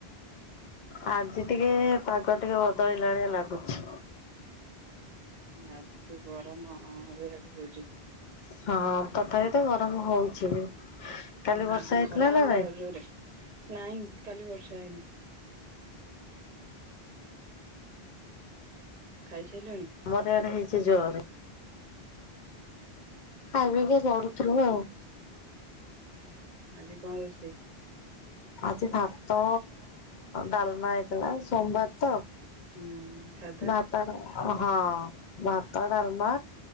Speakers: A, on the left; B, on the right.
A: ଆଜି ଟିକେ ପାଗ ଟିକେ ବଦଳିଲାଣିଆ ଲାଗୁଛି।
B: ଆଜି ଟିକେ ଗରମ ରେଡେ ହୋଉଛିି।
A: ହଁ ତଥାପି ତ ଗରମ ହୋଉଚି ବି କାଲି
B: ହୁଁ
A: ବର୍ଷା ହେଇଥିଲା
B: ଖରା
A: ନା
B: ଆମର
A: ନାଇଁ?
B: ଜୋରେ ନାଇଁ କାଲି ବର୍ଷା ହେଇନି। ଖାଇ ସାରିଲଣି?
A: ଆମର ଆଡେ ହେଇଛି ଜୋରେ, ଖାଇପିଇକି ଗଢୁଥିଲି।
B: ଆଛା ଆଜି କଣ ରୋଷେଇ?
A: ଆଜି ଭାତ ଡାଲମା ହେଇଥିଲା ସୋମବାର ତ।
B: ହୁଁ ସାଧା।
A: ଭାତ ହଁ ଭାତ ଡାଲମା